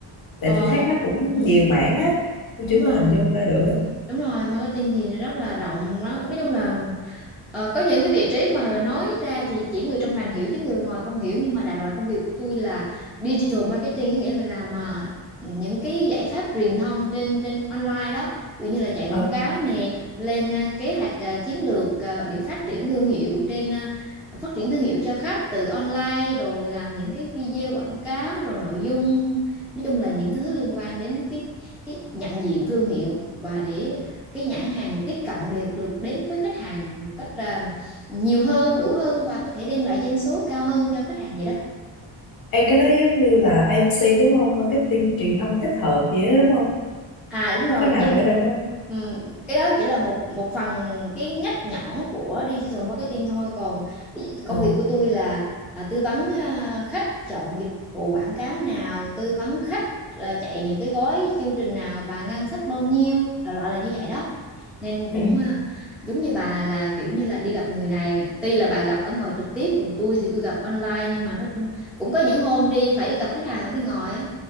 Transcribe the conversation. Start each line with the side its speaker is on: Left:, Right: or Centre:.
Left: Tại
Centre: Ờ,
Left: tôi thấy nó cũng
Centre: hử,
Left: nhiều mảng á, tôi chưa
Centre: đúng rồi.
Left: có hình dung ra được. á.
Centre: Đúng rồi, marketing thì rất là rộng đó. Nói chung là Ờ, có những cái vị trí mà nói ra thì chỉ người trong ngành hiểu chứ người ngoài không hiểu nhưng mà đại loại công việc của tôi là digital marketing có nghĩa là làm à, những cái giải pháp truyền thông trên trên online đó ví dụ như là chạy
Left: Ờ.
Centre: quảng cáo nè lên à, kế hoạch à, chiến lược à, để phát triển thương hiệu trên à, phát triển thương hiệu cho khách từ online rồi làm những cái video quảng cáo rồi nội dung nói chung là những cái thứ liên quan đến cái cái nhận diện thương hiệu và để cái nhãn hàng tiếp cận được được đến với khách hàng một cách à, nhiều hơn đủ hơn và có thể đem lại doanh số cao hơn cho khách hàng vậy đó
Left: Ê cái đó giống như là AMC đúng không? Marketing truyền thông tích hợp gì đó đúng không?
Centre: À đúng
Left: Nó
Centre: rồi
Left: có nằm
Centre: nhưng
Left: ở trong đó. không?
Centre: ừm, cái đó chỉ là một một phần cái ngách nhỏ của digital marketing thôi còn ví dụ công
Left: Ờ.
Centre: việc của tôi là à, tư vấn à, khách chọn dịch vụ quảng cáo nào tư vấn khách à, chạy những cái gói chương trình nào và ngân sách bao nhiêu đại loại là như vậy đó nên cũng
Left: Ừ.
Centre: à, giống như bà là kiểu như là đi gặp người này tuy là bà gặp ở ngoài trực tiếp còn tôi thì tôi gặp online nhưng mà nó cũng cũng có những hôm đi phải đi gặp khách hàng ở bên ngoài á